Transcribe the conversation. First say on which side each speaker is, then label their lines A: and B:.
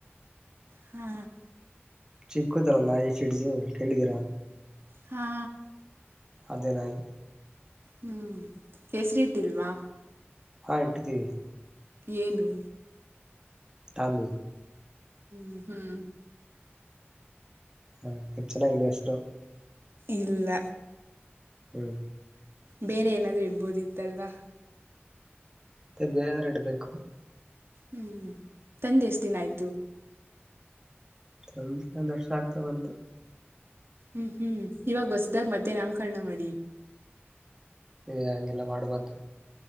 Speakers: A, on the right; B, on the right.
A: ಹಾ
B: ಚಿಕ್ಕುದಲ್ಲ ನಾಯಿ ಸಿಡ್ಸು ಕೇಳಿದೀರಾ
A: ಹಾ
B: ಅದೇ ನಾಯಿ
A: ಹ್ಮ್ ಹೆಸರಿ ಇಟ್ಟಿಲ್ವಾ
B: ಹ ಇಟ್ಟಿದ್ದೀವಿ
A: ಏನು
B: ಟಾಮಿ
A: ಹ್ಮ್ ಹ್ಮ್
B: ಹಾ ಚೆನ್ನಾಗಿಲ್ವಾ ಹೆಸರು
A: ಇಲ್ಲ
B: ಹ್ಮ್
A: ಬೇರೆ ಏನಾದ್ರು ಇಡ್ಬೋದಿತ್ತಲ್ವಾ
B: ಮತ್ತೇ ಬೇರಾದ್ರ ಇಡ್ಬೇಕು
A: ಹ್ಮ್ ತಂದೆ ಎಷ್ಟ ದಿನ ಆಯ್ತು
B: ತೊಂದ್ರೆ ಒಂದ್ ವರ್ಷ ಆಗ್ತಾ ಬಂತು
A: ಹ್ಮ್ ಹ್ಮ್ ಇವಾಗ ಹೊಸದಾಗ ಮತ್ತೆ ನಾಮಕರಣ ಮಾಡಿ
B: ಏ ಹಗೆಲ್ಲ ಮಾಡಬಾರ್ದು